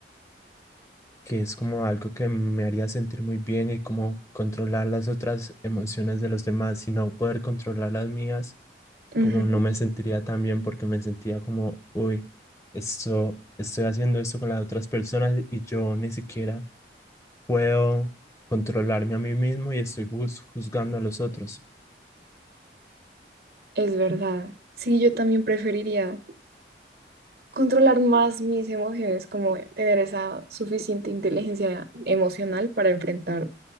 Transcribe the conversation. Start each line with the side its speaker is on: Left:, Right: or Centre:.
Left: que es como algo que me haría sentir muy bien y como controlar las otras emociones de los demás y no poder controlar las mías,
Right: Ujú,
Left: como no me sentiría tan bien porque me sentía como, uy, esto, estoy haciendo esto con las otras personas y yo ni siquiera puedo controlarme a mí mismo y estoy juz- juzgando a los otros.
Right: Es verdad. Sí, yo también preferiría controlar más mis emociones, como tener esa suficiente inteligencia emocional para enfrentar